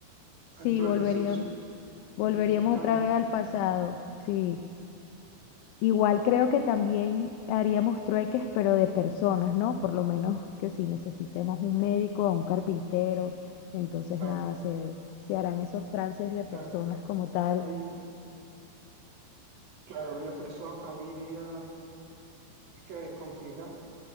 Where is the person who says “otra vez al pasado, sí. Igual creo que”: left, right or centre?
Left